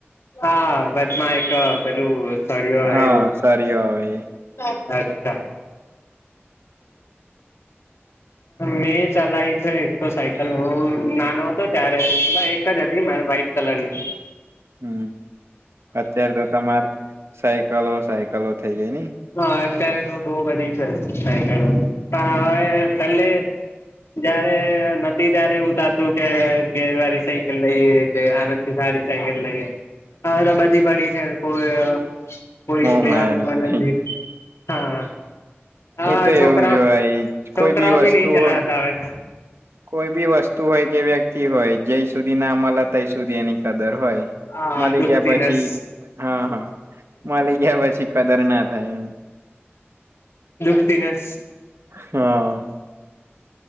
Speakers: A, on the left (about 85°); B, on the right (about 75°).
A: હા વચમાં એક પેલું સળિઓ
B: હા
A: એવું
B: સરીઓ આવે એ
A: <unintelligible> મેં ચલાયી છે એક તો સાયકલ હુ નાનો હતો ત્યારે એક જ હતી મારે વ્હાઈટ કલર ની
B: હુ અત્ય્યારે તો તમાર સાયકલો સાયકલો થઇ જાય નય
A: હા અત્યારે તો બહ બધી છે સાયકલો પણ હવે પલ્લે જયારે નતી ત્યારે એવું થાતું કે ગેરવાળી સાયકલ લઈએ કે આના થી સારી સાયકલ લઈએ હવે તો બધી પડી કોઈ કોઈ
B: મોહ
A: <unintelligible> લેવાનુ
B: માયા નથી
A: મન
B: રહી
A: જ નય હા અ
B: એ તો
A: છોકરાઓ
B: એવું જ હોય
A: છોકરાઓ
B: કોઈ બી વસ્તુ
A: ભી નહી ચલાવતા
B: હોય
A: હવે
B: કોઈ બી વસ્તુ હોય કે વ્યક્તિ હોય જય સુધી ના મલે તય સુધી એની કદર હોય
A: હા
B: મલી
A: દુખતી
B: ગ્યા પછી
A: નસ
B: હ હ મલી ગ્યા પછી કદર ના થાય એમ
A: દુઃખી ના.
B: હા